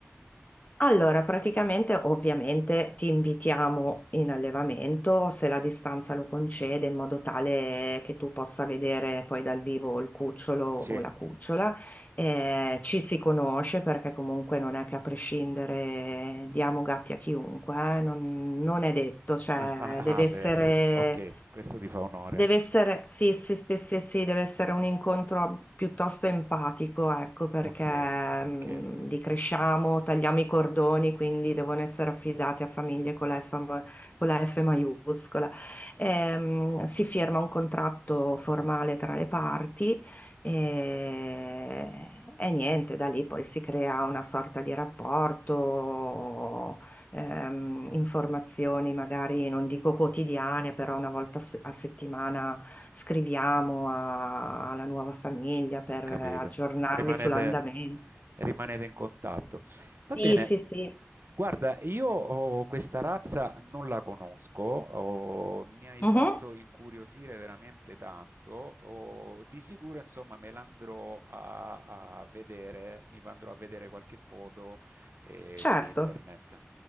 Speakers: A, on the left (about 40°); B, on the right (about 60°).
A: Allora, praticamente ovviamente ti invitiamo in allevamento se la distanza lo concede, in modo tale che tu possa vedere poi dal vivo il cucciolo o
B: Sì.
A: la cucciola. Eh, ci si conosce perché comunque non è che a prescindere diamo gatti a chiunque, eh, Non, non è detto, cioè
B: Ah, ah,
A: deve
B: ah,
A: essere
B: bello, ok, questo ti fa onore.
A: Deve essere, sì, sì, sì, sì, sì, deve essere un incontro piuttosto empatico, ecco, perché
B: Ok,
A: mm,
B: ok.
A: li cresciamo, tagliamo i cordoni, quindi devono essere affidati a famiglie con la F, ma- con la F maiuscola. Ehm, si firma un contratto formale tra le parti e, e niente, da lì poi si crea una sorta di rapporto ehm, informazioni, magari non dico quotidiane, però una volta se- a settimana scriviamo a- alla nuova famiglia per
B: Ho capito.
A: eh, aggiornarli
B: Rimanete,
A: sull'andamento.
B: rimanete in contatto. Va
A: Sì,
B: bene.
A: sì, sì.
B: Guarda, io oh, questa razza non la conosco, oh, mi hai
A: Mhm,
B: fatto incuriosire veramente tanto. oh, di sicuro, insomma, me l'andrò a, a vedere, mi andrò a vedere qualche foto eh, su
A: Certo,
B: internet.